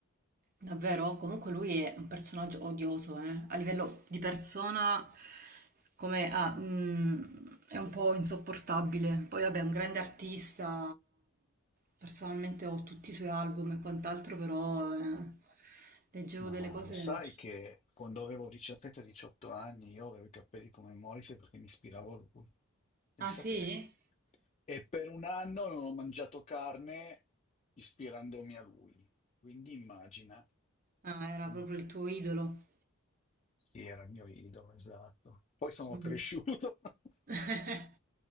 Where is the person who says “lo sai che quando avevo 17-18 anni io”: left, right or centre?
Left